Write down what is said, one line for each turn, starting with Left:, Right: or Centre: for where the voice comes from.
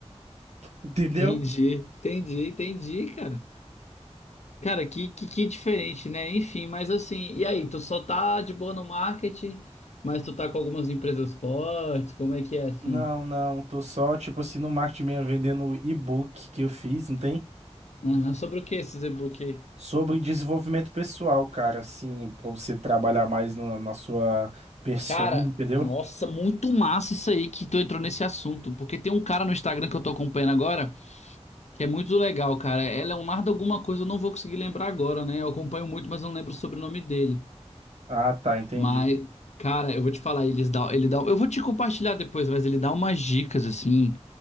Right: entendeu?
Left: entendi, entendi, entendi, cara. Cara, que, que que diferente, né? Enfim, mas assim, e aí, tu só tá de boa no marketing, mas tu tá com algumas empresas fortes, como é que é assim?
Right: Não, não, tô só, tipo assim, no marketing mesmo, vendendo o e-book que eu fiz, não tem?
Left: Aham, Sobre o que esse e-book aí?
Right: Sobre desenvolvimento pessoal, cara, assim, pra você trabalhar mais na, na sua persona,
Left: Cara,
Right: entendeu?
Left: nossa, muito massa isso aí que tu entrou nesse assunto. Porque tem um cara no Instagram que eu tô acompanhando agora, que é muito legal, cara. É Leonardo alguma coisa, eu não vou conseguir lembrar agora, né? Eu acompanho muito, mas não lembro o sobrenome dele.
Right: Ah, tá, entendi,
Left: Mas, cara, eu vou te falar, eles dá, ele dá, eu vou te compartilhar depois, mas ele dá umas dicas assim.